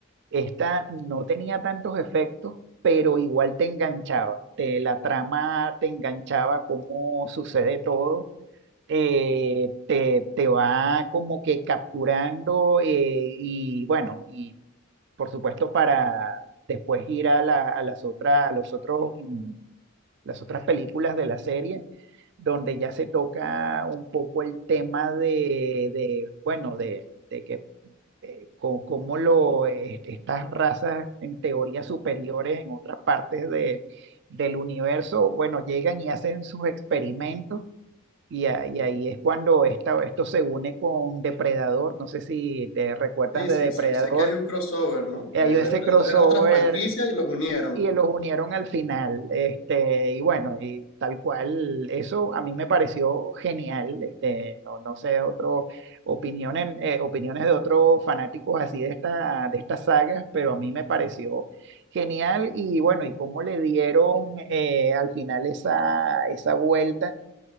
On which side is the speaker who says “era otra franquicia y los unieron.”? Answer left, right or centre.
Left